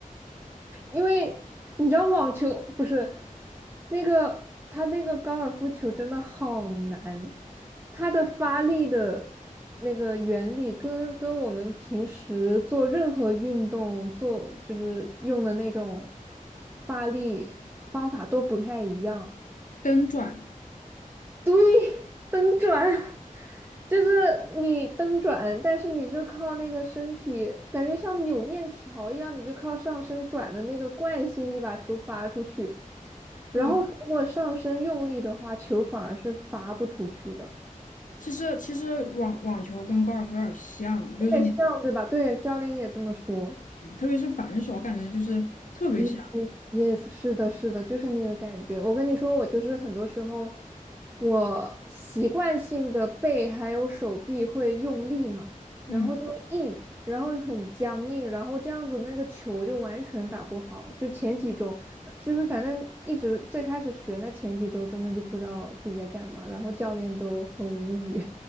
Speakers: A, on the right (about 15°); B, on the left (about 65°).
A: 因为你知道网球不是那个他那个高尔夫球真的好难，它的发力的那个原理跟跟我们平时做任何运动做就是用的那种发力方法都不太一样。
B: 蹬转。
A: 对。蹬转，<laughs> 就是你蹬转，但是你就靠那个身体，感觉像扭面条一样，你就靠上身转的那个惯性力把球发出去。然后如果上身用力的话，
B: 对，
A: 球反而是发不出去的，
B: 其实其实网网球跟高尔夫有点像，就是你
A: 有点像，对吧？对，教练也这么说。
B: 特别是反手，感觉就是特别像。
A: Yes, yes，是的，是的，就是那个感觉。我跟你说，我就是很多时候，我习惯性的背还有手臂会用力嘛，然后就会硬，
B: 嗯。
A: 然后很僵硬，然后这样子那个球就完全打不好。就前几周，就是反正一直最开始学那前几周，真的就不知道自己在干嘛，然后教练都很无语。